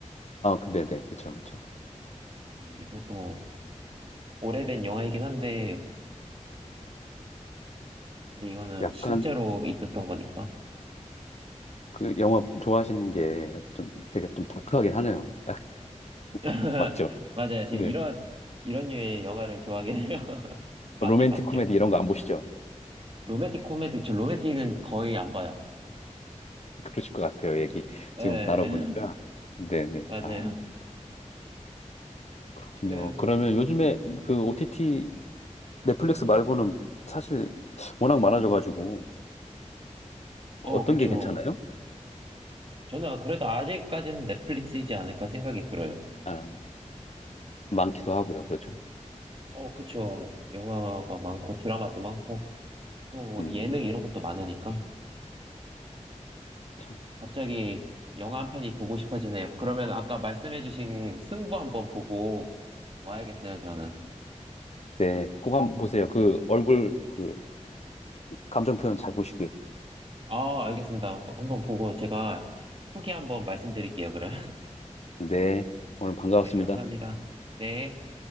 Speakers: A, on the left; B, on the right.
A: 근데 네 그쵸 그쵸.
B: 음, 이것도 오래된 영화이긴 한데, 근데 이거는
A: 약간
B: 실제로 있었던 거니까.
A: 그 영화 좋아하시는 게 좀 되게 좀 다크하긴 하네요. <laughs>
B: <laughs>
A: 맞죠?
B: 맞아요. 제가
A: 네.
B: 이런, 이런 류의 영화를 좋아하긴 해요. <laughs> 많이
A: 로맨틱
B: 봤죠.
A: 코미디 이런 거 안 보시죠?
B: 로맨틱 코미디, 저 로맨틱은 거의 안 봐요.
A: 그러실 것 같아요. 얘기
B: 예,
A: 지금 나눠보니까. 네네.
B: <laughs> 맞아요.
A: 아. 그렇군요.
B: 그,
A: 그러면 요즘에 그 OTT 넷플릭스 말고는 사실 워낙 많아져가지고
B: 어,
A: 어떤
B: 그쵸.
A: 게 괜찮아요?
B: 저는 아, 그래도 아직까지는 넷플릭스이지 않을까 생각이 들어요.
A: 아, 많기도
B: 네,
A: 하고요. 그렇죠.
B: 어, 그쵸. 영화가 많고 드라마도 많고. 또 뭐
A: 음,
B: 예능 이런 것도 많으니까
A: 참.
B: 갑자기 영화 한 편이 보고 싶어지네요. 그러면 아까 말씀해주신 승부 한번 보고 와야겠어요, 저는.
A: 네, 꼭 한번 보세요. 그 얼굴 그 감정 표현 잘 보시고요.
B: 아, 알겠습니다. 한번 한번 보고 제가 후기 한번 말씀드릴게요, 그럼. <laughs>
A: 네, 오늘 반가웠습니다.
B: 네, 감사합니다. 네.